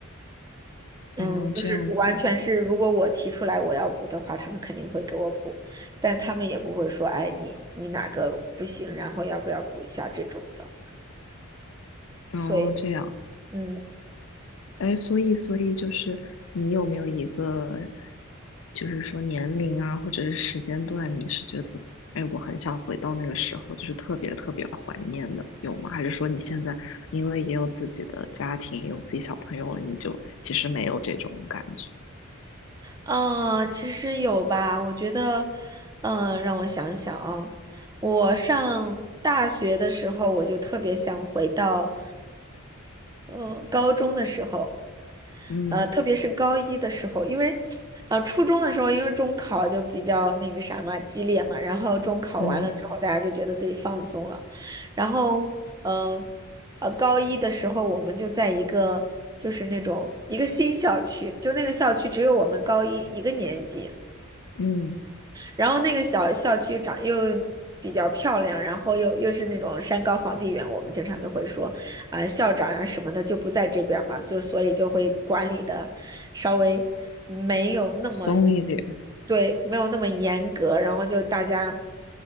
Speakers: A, on the right; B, on the left.
A: 嗯，
B: 哦，
A: 就是主完全是，
B: 这样子，
A: 如果我提出来我要补的话，他们肯定会给我补，但他们也不会说，哎，你你哪个不行，然后要不要补一下这种的。
B: 哦，
A: 所以，
B: 这样，
A: 嗯，
B: 哎，所以，所以就是你有没有一个，就是说年龄啊，或者是时间段，你是觉得，哎，我很想回到那个时候，就是特别特别怀念的，有吗？还是说你现在因为也有自己的家庭，有自己小朋友了，你就其实没有这种感觉？
A: 啊，其实有吧，我觉得，嗯，让我想想啊，我上大学的时候，我就特别想回到，嗯嗯，呃高中的时候。
B: 嗯
A: 呃，特别是高一的时候，因为呃初中的时候，因为中考就比较那个啥嘛，激烈嘛，然后中考完了之后，
B: 嗯
A: 大家就觉得自己放松了，然后呃呃高一的时候，我们就在一个就是那种一个新校区，就那个校区只有我们高一一个年级。
B: 嗯，
A: 然后那个小校区长又比较漂亮，然后又又是那种山高皇帝远，我们经常都会说，啊、校长呀、什么的就不在这边儿嘛，就所以就会管理的稍微没有那么，
B: 松一点，
A: 对，没有那么严格，然后就大家，